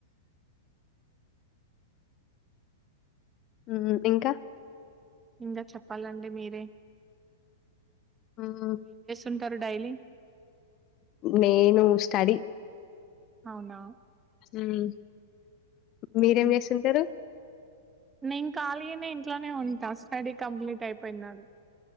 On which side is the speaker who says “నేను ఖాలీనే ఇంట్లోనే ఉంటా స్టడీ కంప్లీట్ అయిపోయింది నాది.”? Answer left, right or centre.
Right